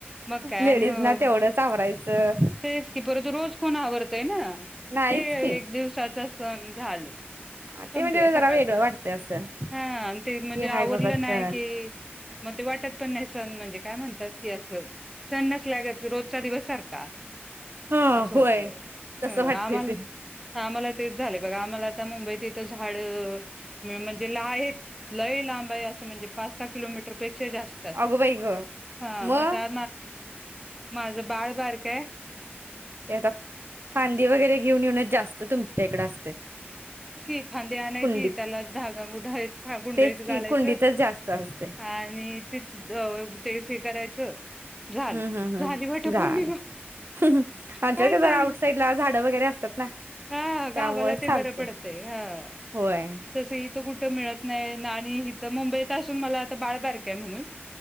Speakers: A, in the centre; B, on the right.
A: मग काय
B: लेडीज
A: आणि
B: ना तेवढंच आवरायचं
A: तेच की परत रोज कोण आवरतय ना
B: नाहीच
A: ते
B: की
A: एक दिवसा त सन झाल.
B: हा,
A: संपलं
B: ते म्हणजे जरा
A: सकाळच
B: वेगळं वाटतंय असं
A: हा आण ते म्हणजे
B: की
A: आवरलं
B: हाय बाबा सण
A: नाही की, मग ते वाटत पण नाही सण म्हणजे काय म्हणतात की असं, सणनसल्यागत रोजचा दिवस सारखा
B: हा
A: असं
B: होय.
A: होतंय.
B: तसं
A: ह
B: वाटतंय
A: आम्हाला
B: ते
A: आम्हाला तेच झालं बघा आम्हाला मुंबईतीत. त झाडं म म्हणजे आहेत. लय लांब आय असं म्हणजे पाच-सहा किलोमीटर पेक जास्त असे
B: अगं बाई गं
A: ह
B: मग
A: म अता माझं बाळ बारकय
B: ते आता फांदी वगैरे घेऊन येऊनच जास्त तुमच्या इकडं असतंय
A: ती फांदी आणायची,
B: कुंडीत
A: त्यालाच धागा गुंडळीत गुंडळीत
B: तेच की
A: घालायचं
B: कुंडीतच जास्त असतंय
A: आणि तिथेच अ तेच हे करायचं झाल
B: हूं हूं हूं!
A: झाली वटपौर्णिमा
B: झालं. आमच्या
A: काय
B: इकडं
A: ताई
B: जरा आउटसाईडला झाडं वगैरे असतात ना.
A: हा,
B: त्यामुळे
A: गावाला ते
B: चालतंय
A: बरं पडतंय. हं.
B: होय
A: तसं इथं कुठं मि मिळत नाही आणि इथं मुंबईत असून मला आता बाळ बारकं हाय हणून